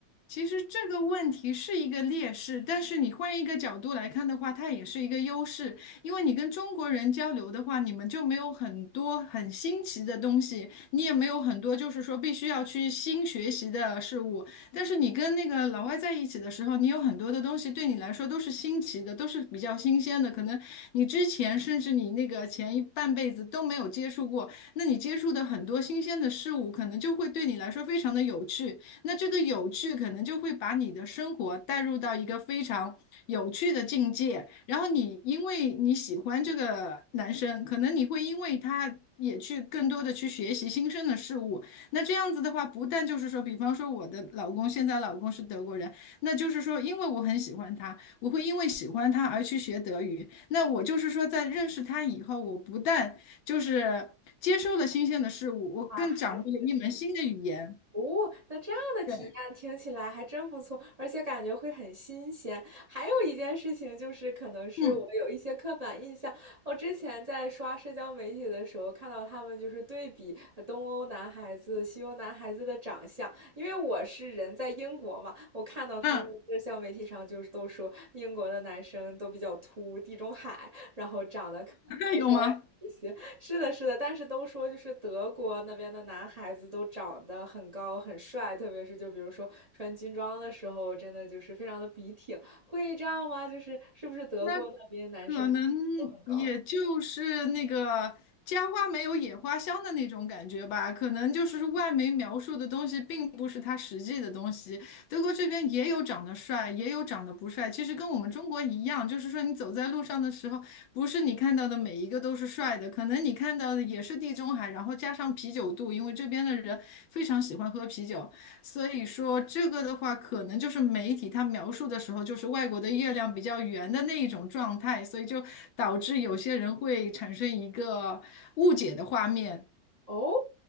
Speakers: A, on the left; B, on the right.
A: 其实这个问题是一个劣势，但是你换一个角度来看的话，它也是一个优势，因为你跟中国人交流的话，你们就没有很多很新奇的东西，你也没有很多就是说必须要去新学习的事物。但是你跟那个老外在一起的时候，你有很多的东西对你来说都是新奇的，都是比较新鲜的，可能你之前甚至你那个前一半辈子都没有接触过，那你接触的很多新鲜的事物，可能就会对你来说非常的有趣。那这个有趣可能就会把你的生活带入到一个非常有趣的境界，然后你因为你喜欢这个男生，可能你会因为他也去更多的去学习新生的事物。那这样子的话，不但就是说，比方说我的老公现在老公是德国人，那就是说，因为我很喜欢他，我会因为喜欢他而去学德语。那我就是说，在认识他以后，我不但就是接受了新鲜的事物，我更掌握了一门新的语言。
B: 啊，还是哦，那这样的体验听起来还真不错，
A: 对，
B: 而且感觉会很新鲜。还有一件事情就是，可能是我有一些刻板印象。
A: 嗯。
B: 我之前在刷社交媒体的时候，看到他们就是对比呃东欧男孩子、西欧男孩子的长相，因为我是人在英国嘛，我看到他们社交媒体上就是都说英国的男生都比较秃，
A: 嗯，
B: 地中海，然后长得可能稍微矮一些。
A: <laughs> 有吗？
B: 是的，是的，但是都说就是德国那边的男孩子都长得很高很帅，特别是就比如说穿军装的时候，真的就是非常的笔挺。会这样吗？就是是不是德国那边男生都很高呀？
A: 那可能也就是那个家花没有野花香的那种感觉吧，可能就是外媒描述的东西并不是它实际的东西。德国这边也有长得帅，也有长得不帅，其实跟我们中国一样，就是说你走在路上的时候，不是你看到的每一个都是帅的，可能你看到的也是地中海，然后加上啤酒肚，因为这边的人非常喜欢喝啤酒。所以说这个的话，可能就是媒体它描述的时候，就是外国的月亮比较圆的那一种状态，所以就导致有些人会产生一个误解的画面
B: 哦，